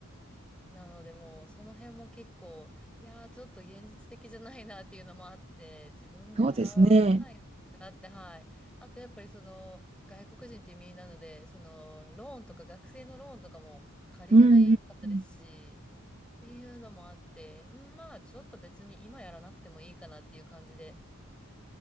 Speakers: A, in the centre; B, on the right (about 25°).
A: なのでもうその辺も結構、いやーちょっと現実的じゃないなっていうのもあって、自分で払えないなって、
B: そうですね。
A: はい。あとやっぱりその外国人っていう身なので、そのローンとか学生のローンとかも借りれないかったですし、
B: うんうんうん。
A: っていうのもあって、うんまあちょっと別に今やらなくてもいいかなっていう感じで、